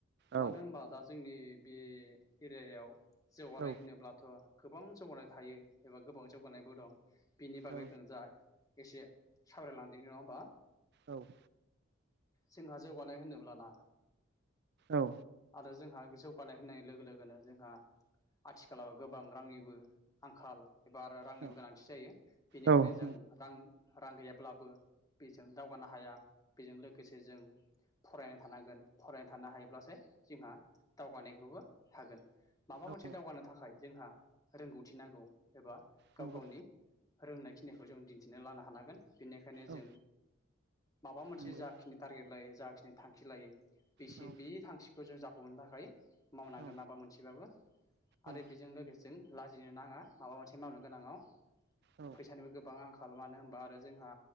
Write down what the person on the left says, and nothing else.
मानो होमबा दा जोंनि बे एरियायाव जौगानाय
होनोब्लाथ' गोबां जौगानाय थायो एबा गोबां जौगानायबो दं। बिनि बागै
दों जाय एसे सावरायलांदिनि नङा होमबा?
जोंहा जौगानाय होनोब्लाना
आरो जोंहा जौगानाय होननाय लोगो लोगोनो जोंहा आथिखालाव गोबां रांनिबो आंखाल एबा आरो रांनिबो
गोनांथि जायो बेनिखायनो
जों रां रां गैयाब्लाबो बेजों दावगानो हाया। बेजों लोगोसे जों फरायनाय थानांगोन फरायना थानो हायोब्लासो जोंहा दावगानायखौबो हागोन। माबा मोनसे
दावगानो थाखाय जोंहा रोंगौथि नांगौ। एबा गाव
गावनि रोंनाय खिनिखौ जों दिन्थिना लानो हानांगोन। बेनिखायनो
जों माबा मोनसे
जाखिनि टारगेट लायो जाखिनि थांखि लायो बेसे
बे थांखि खौ जों जाफुंहोनो थाखाय मावनांगोन
माबा मोनसेबाबो आरो
बेजों लोगोसे जों लाजिनो नाङा। माबा मोनसे मावनो गोनाङाव
फैसानिबो गोबां आंखाल मानो होमबा आरो जोंहा